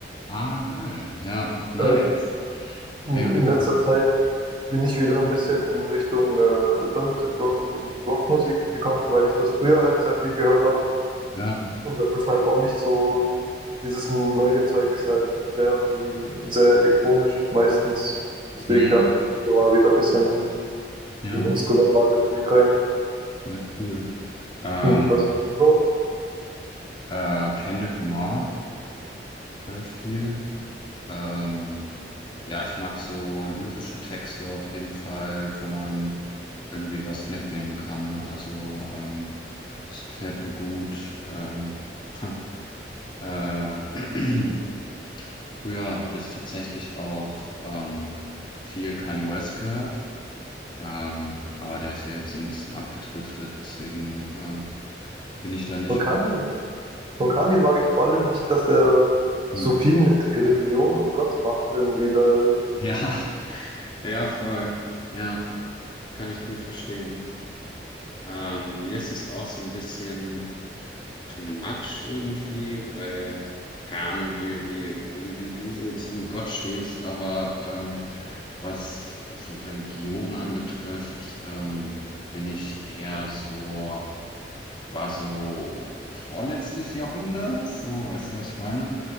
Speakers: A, on the left; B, on the right.
A: Ah, geil. Ja, nice.
B: Ähm, in,
A: Mega
B: in letzter
A: cool.
B: Zeit bin ich wieder ein bisschen in Richtung äh, Alternative Rock und Rockmusik gekommen, weil ich das früher halt sehr viel gehört habe.
A: Ja,
B: Und das ist halt auch nicht so, dieses neue Zeug ist halt sehr viel, sehr elektronisch meistens. Deswegen
A: hm,
B: dachte ich, ich gehe mal wieder ein bisschen
A: ja,
B: in, in instrumentale Musik rein.
A: sehr cool. Ähm,
B: Hm, Was ist denn so?
A: äh, Kendrick Lamar höre ich viel. Ähm, ja, ich mag so lyrische Texte auf jeden Fall, wo man irgendwie was mitnehmen kann. Also, ähm, das gefällt mir gut. Äh, <laughs> äh, <clears throat> früher habe ich tatsächlich auch ähm, viel Kanye West gehört. Ähm, aber der ist ja jetzt so ein bisschen abgedriftet, deswegen äh, bin ich da nicht
B: Von Kanye?
A: mehr.
B: Von Kanye mag ich vor allem nicht, dass er
A: Hm.
B: so viel mit Religion und Gott macht. Irgendwie da,
A: Ja, <laughs> ja, voll. Ja, kann ich gut verstehen. Ähm, mir ist es auch so ein bisschen too much irgendwie, weil, keine Ahnung, wie, wie, wie du so zu Gott stehst, aber ähm, was so Religion anbetrifft, ähm, bin ich eher so. war so vorletztes Jahrhundert, so, weißt du, was ich meine?